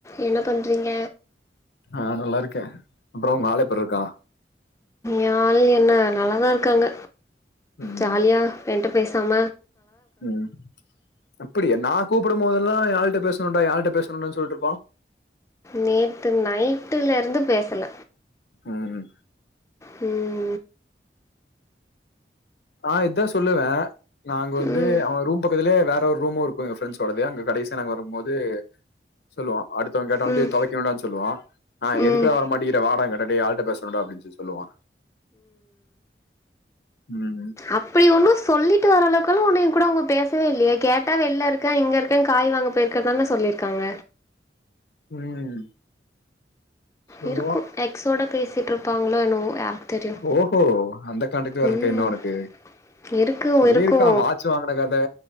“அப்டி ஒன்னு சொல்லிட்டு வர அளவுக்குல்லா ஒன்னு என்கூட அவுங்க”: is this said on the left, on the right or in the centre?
Left